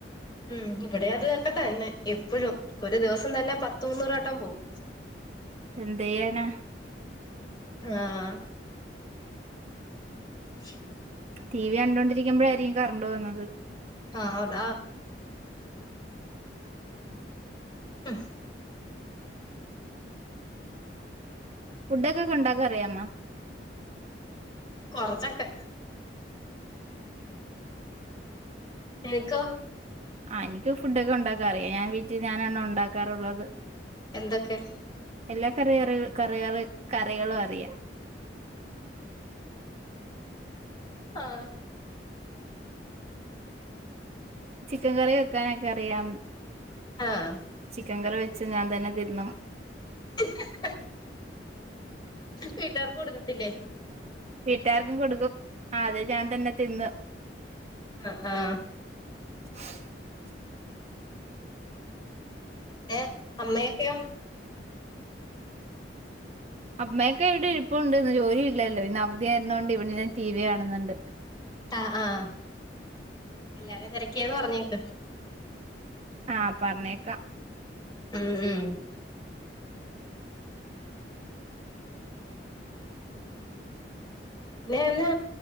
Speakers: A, on the left; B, on the right.
A: ഉം ഇവിടെ അത് ഒക്കെ തന്നെ എപ്പഴും ഒരു ദിവസം തന്നെ പത്ത് മൂന്നൂറോട്ടം പോവും
B: എന്ധെയ്യാനാ
A: ആഹ ഉം
B: ടി വി കണ്ടോണ്ടിരിക്കുമ്പോഴായിരിക്കും കറണ്ട് പോവുന്നത്
A: ആഹതാ ഹം
B: ഫുഡൊക്കെ ഉണ്ടാക്കാൻ അറിയാമോ
A: കൊറച്ചൊക്കെ നിനക്കോ
B: ആ്നനിക്ക് ഫുഡൊക്കെ ഉണ്ടാക്കാറിയാം ഞാൻ വീട്ടിൽ ഞാനാണ്ണ് ഉണ്ടാക്കാറുള്ളത്
A: എന്തൊക്കെ
B: എല്ലാ കറിറ കറുകറി കറികളും അറിയാം
A: ആഹ
B: ചിക്കൻ കറി വെക്കാനൊക്കെ അറിയാം
A: ആഹ
B: ചിക്കൻ കറി വെച്ച് ഞാൻ തന്നെ തിന്നും
A: ഹം <unintelligible> വീട്ടുകാർക്ക് കൊടുക്കത്തില്ലേ
B: വീട്ടാർക്കും കൊടുക്കും അതെ ഞാൻ തന്നെ തിന്ന്
A: ആഹ ആഹ
B: ഹം
A: ഏ അമ്മയൊക്കെയോ
B: അമ്മയൊക്കെ ഇവിടെ ഇരിപ്പുണ്ട് ഇന്ന് ജോലി ഇല്ലല്ലോ ഇന്ന് അവധിയ ആരുന്നൊണ്ട് ഇവിടെ ടി വി കാണുന്നുണ്ട്
A: ആഹ ആഹ എല്ലാരും തിരക്കിയാന്ന് പറഞ്ഞേക്ക്
B: ആഹ പറഞ്ഞേക്കാം
A: ഉം ഉം പിന്നെന്നാ